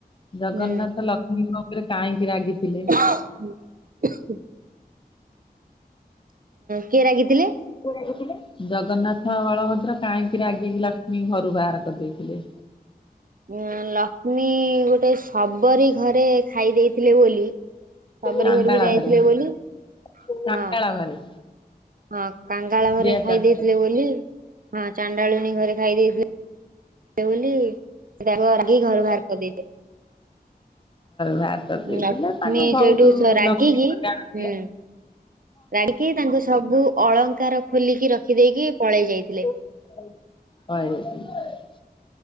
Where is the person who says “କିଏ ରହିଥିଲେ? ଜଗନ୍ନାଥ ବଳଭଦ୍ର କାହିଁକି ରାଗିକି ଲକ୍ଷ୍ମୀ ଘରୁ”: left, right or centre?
Left